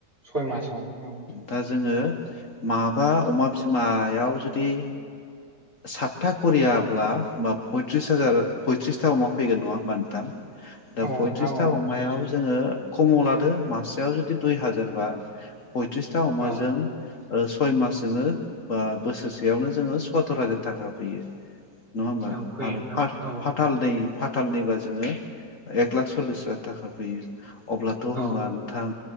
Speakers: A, on the right; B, on the left.
A: सय मासाव औ
B: दा जोङो माबा अमा बिमायाव जुदि सातथा करिया ब्ला माब पयट्रिसहाजार पयट्रिसथा अमा फैगोन नङा होनबा? <unintelligible> दा
A: औ नोंथां
B: फयथ्रिसथा
A: औ
B: अमायाव जोङो खमाव लादो मासेयाव जुदि दुइ हाजारबा पयथ्रिसथा अमाजों
A: औ
B: ओ सय मासजोंनो बा बोसोरसेयावनो जोङो सथुर हाजार थाखा फैयो नङा होमबा
A: औ फैयो
B: आरो
A: नोंथां औ
B: फाथाल
A: नोंथां
B: दै फाथाल दैै बासो जोङो एक लाख सललिस हाजार थाखा फैयो अब्लाथ' होनबा
A: औ
B: नोंथां